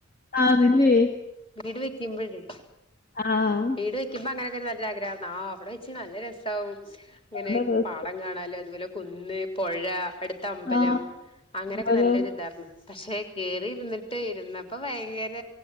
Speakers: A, on the left (about 40°); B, on the left (about 25°).
A: ആണല്ലേ
B: വീട് വെക്കുമ്പോഴേ
A: ആഹ്
B: വീട് വെക്കുമ്പോ അങ്ങനെയൊക്കെ ഒരു നല്ല ആഗ്രഹാന്ന് ആ അവിടെ വെച്ച് നല്ല രസാവും ഇങ്ങനെ
A: നല്ല രസം.
B: പാടം കാണാലൊ അതുപോലെ കുന്ന് പുഴ അടുത്ത് അമ്പലം
A: ആ
B: അങ്ങനെ നല്ലൊരു
A: ഓരോ
B: ഇതായര്ന്നു പക്ഷെ കേറി ഇരുന്നിട്ട് ഇരുന്ന പ്പൊ ഭയങ്കര